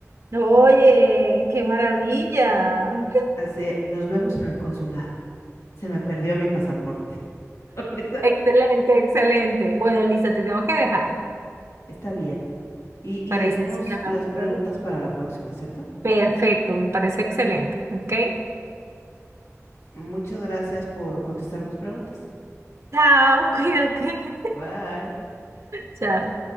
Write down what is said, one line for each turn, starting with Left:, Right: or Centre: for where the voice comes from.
Right: Oye, qué maravilla.
Left: Así, nos vemos en el consulado. Se me perdió mi pasaporte. <laughs> Ahorita
Right: Excelente, excelente. Bueno, Lisa, te tengo que dejar.
Left: está bien. Y, y
Right: Parece
Left: dejamos
Right: que hablamos
Left: las preguntas
Right: luego.
Left: para la próxima, ¿cierto?
Right: Perfecto, me parece excelente. ¿Ok?
Left: Muchas gracias por contestar mis preguntas.
Right: Chao, cuídate. <laughs>
Left: Bye.
Right: Chao.